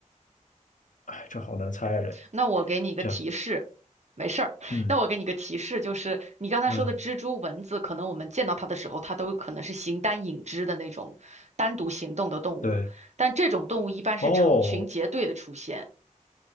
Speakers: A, on the left; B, on the right.
A: 哎，这好难猜啊这。
B: 那我给你一个提示，
A: 想，
B: 没事儿。
A: 嗯
B: 那我给你个提示，就是你刚才说的蜘蛛、
A: 嗯，
B: 蚊子，可能我们见到它的时候，它都可能是形单影只的那种单独行动的动物，
A: 对，
B: 但这种动物一般是成群结队的出现。
A: 哦，